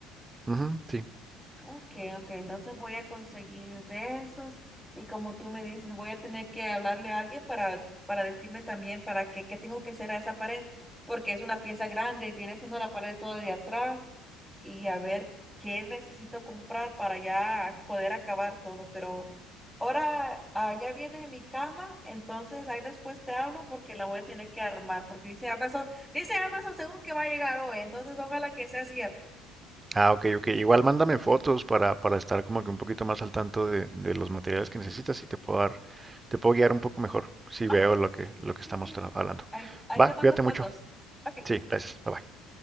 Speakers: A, on the right (about 20°); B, in the centre.
A: Ujú, sí.
B: Ok, ok, entonces voy a conseguir de esos y como tú me dices, voy a tener que hablarle a alguien para, para decirme también para qué, qué tengo que hacer a esa pared, porque es una pieza grande y viene siendo la pared toda de atrás y a ver qué necesito comprar para ya poder acabar todo, pero ahora ah, ya viene mi cama, entonces ahí después te hablo porque la voy a tener que armar, porque dice Amazon, dice Amazon según que va a llegar hoy, entonces ojalá que sea cierto.
A: Ah, ok, ok. Igual mándame fotos para, para estar como que un poquito más al tanto de, de los materiales que necesitas y te puedo dar, te puedo guiar un poco mejor si
B: Ok,
A: veo lo
B: sí,
A: que, lo que
B: sí,
A: estamos
B: sí.
A: tra- hablando.
B: Ahí, ahí
A: Va,
B: te mando
A: cuídate
B: fotos.
A: mucho.
B: Ok.
A: Sí, gracias. Bye bye.